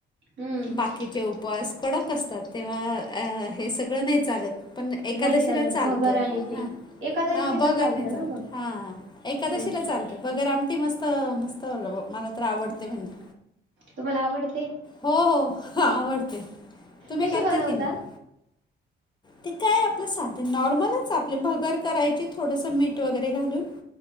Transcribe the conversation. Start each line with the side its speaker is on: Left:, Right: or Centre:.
Right: हम्म
Left: बाकीचे उपवास कडक असतात तेव्हा हे सगळं नाही चालत फक्त एकादशीला
Right: नाही चालत
Left: चालतं
Right: भगर आणि ते
Left: भगर नाही
Right: एकादशीला
Left: चालत हा-हा भगर
Right: चालतं
Left: नाही चालत
Right: ना भगर.
Left: हा-हा एकादशीला
Right: हम्म
Left: चालत भगर आमटी मस्त-मस्त मला तर आवडते म्हणजे
Right: तुम्हाला आवडते
Left: हो-हो आवडते तुम्ही
Right: कशी
Left: करता
Right: बनवता
Left: की नाही ते काय आपलं साध नॉर्मलच आपले भगर करायची थोडसं मीठ वगैरे घालून.